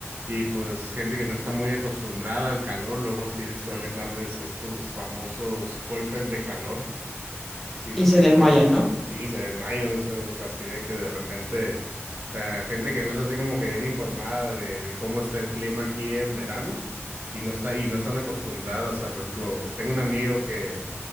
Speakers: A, on the right; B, in the centre.
A: Y pues gente que no está muy acostumbrada al calor, luego sí suelen darles estos famosos golpes de calor si no
B: Y
A: se
B: se desmayan,
A: cue, si,
B: ¿no?
A: si se desmayan, o sea, es así de que de repente, o sea, gente que no es así como que bien informada de, de cómo está el clima aquí en verano y no está, y no están acostumbradas, o sea, por ejemplo, tengo un amigo que,